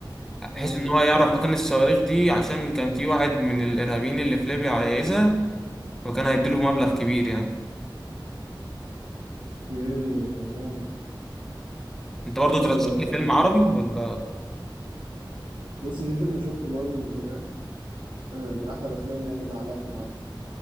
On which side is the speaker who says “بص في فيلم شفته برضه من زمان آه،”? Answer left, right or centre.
Right